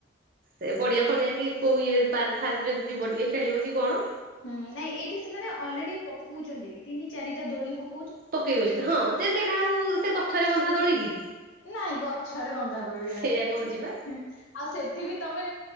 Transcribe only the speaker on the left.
ହୁଁ, ନାଇଁ ଏଇଠି ସେମାନେ ଅଲରେଡ଼ି ପକଉଚନ୍ତି ତିନି, ଚାରିଟା ଦୋଳି ପ
ନାଇଁ ଗଛରେ ବନ୍ଧା ଦୋଳି
ନାଇଁ‌।
ହୁଁ ଆଉ ସେଠି ବି ତମେ